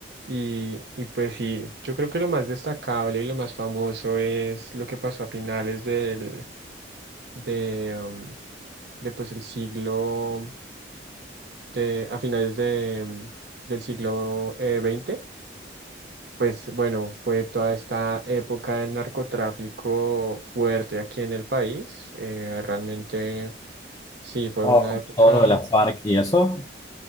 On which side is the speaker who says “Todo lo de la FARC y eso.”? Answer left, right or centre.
Left